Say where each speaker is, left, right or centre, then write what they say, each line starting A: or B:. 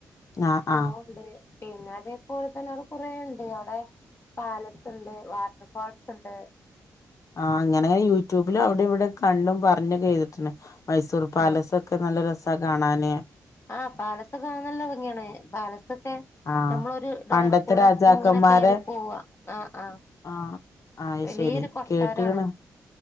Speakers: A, on the left; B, on the left.
A: ആഹ്
B: സൂണ്ടെ
A: ആഹ്
B: പിന്നെ അതേപോലെ തന്നെ അടെ കുറ ഉണ്ട് അവിടെ പാലസ് ഉണ്ട് വാട്ടർ ഫാൾസ് ഉണ്ട്
A: ആഹ് അങ്ങനെ യൂട്യൂബിലും അവിടെ ഇവിടെ കണ്ടും പറഞ്ഞു തന്നെ <unintelligible> മൈസൂർ പാലസ്
B: ആ
A: ഒക്കെ നല്ല രസ് സ കാണാനേ
B: ആഹ് പാലസ് നല്ല ഭംഗിയാണ് പാലസൊക്കെ
A: ആഹ്
B: നമ്മളൊ ഒരു
A: പണ്ടത്തെ
B: ഡോർ കൂടെ
A: രാജാക്കന്മാരെ
B: ഇങ്ങനെ കേറി പോവ ആ ആ
A: ആഹ് ആഹ് അത്
B: വലിയോരു
A: ശരി
B: കൊട്ടാരാണ്
A: കേട്ട്ക്ക്ണ്